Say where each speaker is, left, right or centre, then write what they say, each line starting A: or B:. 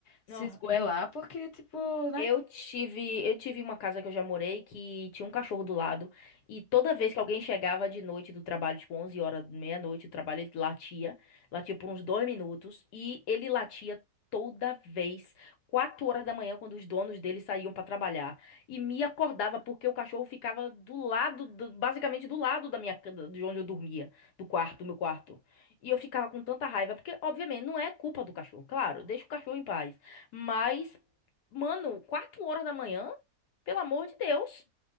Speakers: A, on the left (about 50°); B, on the left (about 90°).
A: se
B: Não,
A: esgoelar, porque, tipo, né?
B: Eu tive, eu tive uma casa que eu já morei que tinha um cachorro do lado e toda vez que alguém chegava de noite do trabalho, tipo 11 horas, meia-noite do trabalho, ele latia, latia por uns dois minutos e ele latia toda vez, quatro horas da manhã, quando os donos dele saíam para trabalhar e me acordava porque o cachorro ficava do lado, do- basicamente do lado da minha, ca- de onde eu dormia, do quarto, do meu quarto. E eu ficava com tanta raiva porque, obviamente, não é culpa do cachorro, claro, deixa o cachorro em paz. Mas Mano, quatro horas da manhã? Pelo amor de Deus,